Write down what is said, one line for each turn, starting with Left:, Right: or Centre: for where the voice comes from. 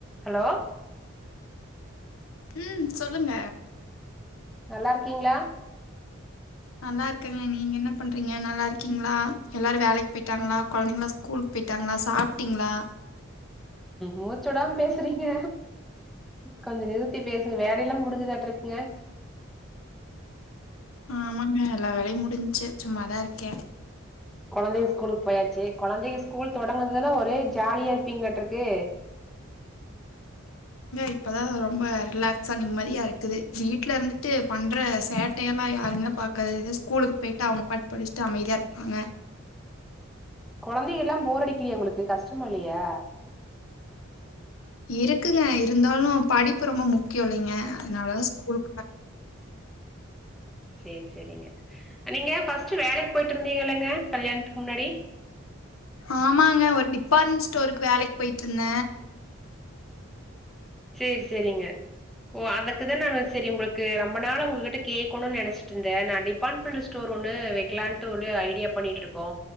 Centre: hello
Left: ம் சொல்லுங்க
Centre: நல்லார்க்கீங்ளா
Left: நல்லா ர்காங்க நீங்க என்ன பண்றீங்க நல்லா இருக்கீங்ளா எல்லாரு வேலக்கி போய்ட்டாங்ளா கொழந்தைங்ளா கூலுக்கு போயிட்டாங்ளா சாப்டீங்ளா
Centre: மூச்சுடாம பேசுறீங்க கொஞ்சொ நிறுத்தி பேசுங்க வேலையெல்லா முடிஞ்சதாட்ருக்குங்க
Left: ஆமாங்க எல்லா வேலையு முடிஞ்ச்சு சும்மாதா ர்க்கே
Centre: கொழந்தைக ஸ்கூலுக் போயாச்சு கொழந்தைய ஸ்கூல் தொடங்குதுன்னா ஒரே ஜாலியா இருப்பீங்ளாட்ருக்கு <inaudible>
Left: இப்பதா ரொம்ப ரிலாக்ஸா நிம்மதியா இருக்குது வீட்ல இருந்துட்டு பண்ற சேட்டையெல்லா யாருங்க பா ஸ்கூல்கு போயிட்டு அவங்க பாட்டு படிச்சுட்டு அமைதியார்ப்பாங்க
Centre: கொழந்தைகல்லாம போரடிக்கிலயா உங்களுக்கு கஷ்டமா ல்லியா
Left: இருக்குங்க இருந்தாலு படிப்பு ரொம்ப முக்கியொ ல்லேங்க அதனாலதா ஸ்கூல்
Centre: சேர் செரிங்க நீங்க ஃபஸ்ட்டு வேலக் போயிட்ருந்தீங்கல்லங்க கல்யாணத்துக்கு முன்னாடி
Left: ஆமாங்க ஒரு டிபாட்மண் ஸ்டோருக்கு வேலக் போயிட்ருந்த
Centre: சேர் செரிங்க ஓ அதுக்கு தா நானு சரி உங்களுக்கு ரொம்ப நாளா உங்ககிட்ட கேக்கணுன் நெனசிட்ருந்த நா பன்பில் ஸ்டோர் ஒன்னு வெக்கலான்ட்டு ஒரு ஐடியா பண்ணிட்டுருக்கோ